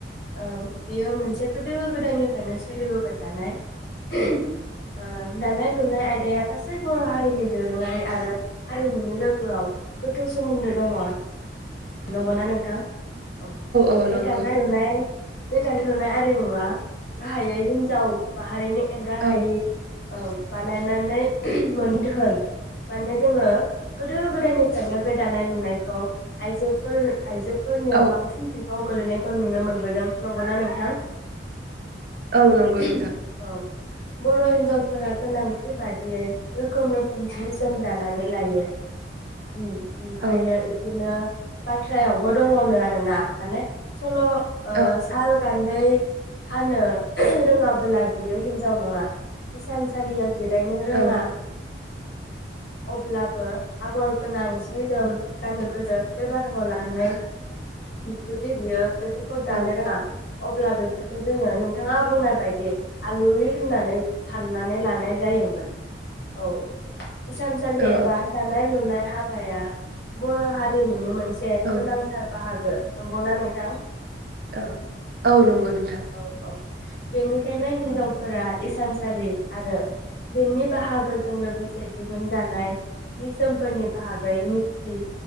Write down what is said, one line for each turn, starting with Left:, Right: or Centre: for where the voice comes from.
Left: औ बेयो मोनसे गोदो गोदायनिफ्रायनो सोलिबोबाय थानाय । ओ दानाय -लुनाय आयदाया गासै बर' हारिनि दोरोङारि आरो हारिमुनि लोगोआव गोथौ सोमोन्दो दङ'। नंगौना नोंथां? औ
Right: औ
Left: बे
Right: नंगौ
Left: दानाय- लुनाय बे दानि लुनाय आरिमुआ गाहायै हिनजाव माहारिनि एंगार
Right: औ
Left: हायि औ बानायनानै मोनधोन माने जोङो गोदो गोदायनिफ्रायनो बे दानाय लुनायखौ आइजोफोर आइजोफोरनियाव
Right: औ
Left: बांसिन बे <unintelligible> गोलैनायखौ नुनो मोनबोदों नंगौना नोंथां?
Right: औ नंगौ
Left: <unintelligible>
Right: नोंथां
Left: औ बर' हिन्जावफोरा गोनांथि बादियै रोखोम रोखोम जि -जोम दानानै लायो। उम ओमफायो
Right: औ
Left: इदिनो बाथ्रायावबो दङ'नो आरोना माने सल' ओ
Right: औ
Left: साल गान <unintelligible> खानो रोङाबोला बियो हिनजाव नङा इानसालियाव जिरायनो रोङा
Right: औ
Left: अब्लाबो आगर गोनां जि -जोम गाननो गोजो बे बाराह लानानै जुदि बियो बे फोरखौ दानो
Right: औ
Left: रोङा अब्ला बेफोरखौ जोङो नोंथाङा बुंनाय बायदि आलुयि होननानै साननानै लानाय जायो मोन औ इसानसालि
Right: औ
Left: एबा दानाय -लुनाय हाब <unintelligible> बर' हार रिमुनि मोन से
Right: औ
Left: गोनांथार बाहागो। नंगौ ना नोंथां?
Right: औ औ नंगौ
Left: उम
Right: नोंथां।
Left: औ औ बेनिखायनो हिनजावफोरा इसानसालि आरो बेनि बाहागोजों लोगोसे दिहुनजानाय जि जोमफोरनि बाहागै मिथि